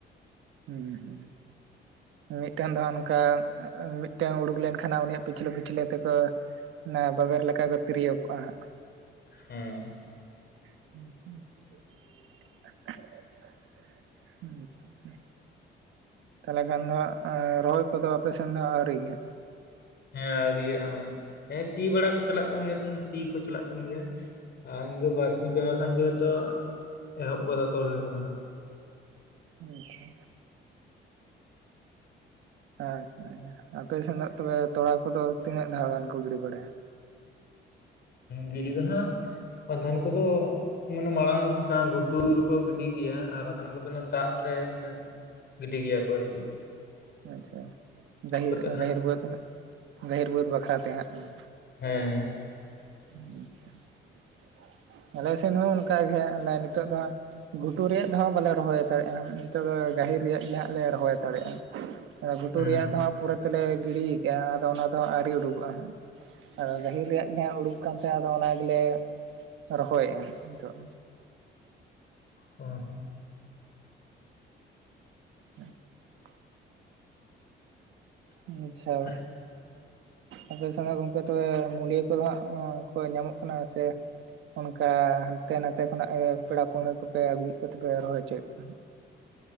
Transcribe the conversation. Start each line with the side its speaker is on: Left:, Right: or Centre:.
Right: ᱦᱩᱸ ᱦᱩᱸ ᱢᱤᱫᱴᱟᱝ ᱫᱚ ᱱᱚᱝᱠᱟ ᱢᱤᱫᱴᱟᱝ ᱩᱰᱩᱠ ᱞᱮᱱᱠᱷᱟᱱ ᱩᱱᱤᱭᱟᱜ ᱯᱤᱪᱷᱞᱟᱹ ᱯᱤᱪᱷᱞᱟᱹ ᱛᱮ ᱠᱚ ᱚᱱᱮ ᱵᱟᱵᱮᱨ ᱞᱮᱠᱟ ᱠᱚ ᱛᱤᱨᱭᱟᱹᱶ ᱠᱚᱜᱼᱟ ᱦᱟᱸᱜ
Left: ᱦᱮᱸ,
Right: <inaudible> ᱛᱟᱦᱚᱞᱮ ᱠᱷᱟᱱ ᱫᱚ ᱦᱟᱸᱜ ᱨᱚᱦᱚᱭ ᱠᱚ ᱫᱚ ᱚᱯᱮᱥᱮᱱ ᱦᱟᱜ ᱟᱣᱨᱤ ᱜᱮ
Left: ᱦᱮᱸ ᱟᱹᱣᱨᱤᱭᱟᱜ-ᱟ ᱱᱮᱜ-ᱮ ᱥᱤ ᱵᱟᱲᱟ ᱠᱚ ᱪᱟᱞᱟᱜ ᱠᱟᱱᱟ ᱱᱤᱛᱚᱜ ᱮᱠᱷᱟᱱ ᱥᱤ ᱠᱚ ᱪᱟᱞᱟᱜ ᱠᱟᱱ ᱜᱮᱭᱟ ᱟᱨ ᱵᱟᱨᱥᱤᱧ ᱯᱮ ᱠᱷᱟᱱ ᱜᱮ ᱦᱚᱭᱛᱚ ᱮᱦᱚᱵ ᱜᱚᱫ ᱟᱠᱚ ᱨᱚᱦᱚᱭ ᱠᱚ ᱫᱚ ᱦᱟᱸᱜ
Right: ᱟᱪᱪᱷᱟ ᱦᱳᱭ ᱦᱳᱭ ᱟᱯᱮ ᱥᱮᱱ ᱫᱚ ᱛᱚᱵᱮ ᱛᱚᱲᱟ ᱠᱚ ᱫᱚ ᱛᱤᱱᱟᱹᱜ ᱫᱷᱟᱣ ᱜᱟᱱ ᱠᱚ ᱜᱤᱰᱤ ᱵᱟᱲᱟᱭᱟ
Left: ᱜᱤᱨᱤ ᱫᱚ ᱦᱟᱸᱜ ᱟᱫᱷᱟᱱ ᱠᱚ ᱫᱚ ᱢᱟᱱᱮ ᱢᱟᱲᱟᱝ ᱜᱷᱩᱴᱩ ᱨᱮ ᱠᱚ ᱜᱤᱰᱤ ᱜᱮᱭᱟ ᱟᱨ ᱟᱫᱷᱟᱱ ᱠᱚ ᱫᱚ ᱫᱟᱜ ᱨᱮ ᱢᱟᱱᱮ ᱜᱤᱰᱤ ᱜᱮᱭᱟ ᱠᱚ ᱟᱨ ᱠᱤ
Right: ᱟᱪᱪᱷᱟ ᱜᱟᱹᱦᱤᱨ
Left: ᱠᱟᱛᱮᱫ ᱦᱟᱸᱜ
Right: ᱜᱟᱹᱦᱤᱨ ᱵᱟᱹᱫᱽ ᱜᱟᱹᱦᱤᱨ ᱵᱟᱹᱫᱽ ᱵᱟᱠᱷᱨᱟ ᱛᱮ ᱦᱟᱸᱜ
Left: ᱦᱮᱸ ᱦᱮᱸ
Right: <inaudible> ᱟᱞᱮ ᱥᱮᱱ ᱦᱚᱸ ᱚᱱᱠᱟ ᱜᱮ ᱦᱟᱜ ᱱᱤᱛᱚᱜ ᱫᱚ ᱦᱟᱸᱜ ᱜᱷᱩᱴᱩ ᱨᱮᱭᱟᱜᱼᱫ ᱦᱚ ᱵᱟᱞᱮ ᱨᱚᱦᱚᱭ ᱦᱟᱛᱟᱨᱮᱜ-ᱟ ᱾ ᱱᱤᱛᱚᱜ ᱫᱚ ᱜᱟᱹᱦᱤᱨ ᱨᱮᱭᱟᱜ ᱜᱮ ᱦᱟᱸᱜ ᱞᱮ ᱨᱚᱦᱚᱭ ᱦᱟᱛᱟᱨᱮᱜ -ᱟ ᱜᱷᱩᱴᱩ
Left: ᱦᱩᱸ
Right: ᱨᱮᱭᱟᱜ ᱫᱚ ᱦᱟᱸᱜ ᱯᱚᱨᱮ ᱛᱮᱞᱮ ᱜᱤᱲᱤ ᱠᱟᱜᱼᱟ ᱟᱫᱚ ᱚᱱᱟ ᱫᱚᱜ ᱟᱹᱣᱨᱤ ᱩᱰᱩᱚᱜᱼᱟ ᱦᱟᱜ ᱟᱫᱚ ᱜᱟᱹᱦᱤᱨ ᱨᱮᱭᱟᱜ ᱩᱰᱩᱠ ᱠᱟᱱ ᱛᱮᱸᱫ ᱟᱫᱚ ᱚᱱᱟ ᱜᱮᱞᱮ ᱨᱚᱦᱚᱭᱮᱜᱼᱟ ᱱᱤᱛᱚᱜ
Left: ᱦᱸ ᱦᱮᱸ
Right: ᱦᱮᱸ <inaudible> ᱟᱪᱪᱷᱟ
Left: ᱦᱚᱸ
Right: ᱟᱯᱮ ᱥᱮᱱᱟᱜ ᱜᱚᱝᱠᱮ ᱛᱚᱵᱮ ᱢᱩᱞᱭᱤᱭᱟᱹ ᱠᱚ ᱫᱚ ᱦᱟᱸᱜ ᱠᱚ ᱧᱟᱢᱚᱜ ᱠᱟᱱᱟ ᱥᱮ ᱚᱱᱠᱟ ᱦᱟᱱᱛᱮ ᱱᱟᱛᱮ ᱠᱷᱚᱱᱟᱜ ᱜᱮ ᱯᱮᱲᱟ ᱯᱟᱹᱲᱦᱟᱹ ᱠᱚᱯᱮ ᱟᱹᱜᱩᱭᱮᱫ ᱠᱚᱛᱮᱯᱮ ᱨᱚᱦᱚᱭ ᱦᱚᱪᱚᱭᱮᱫ ᱠᱚᱣᱟ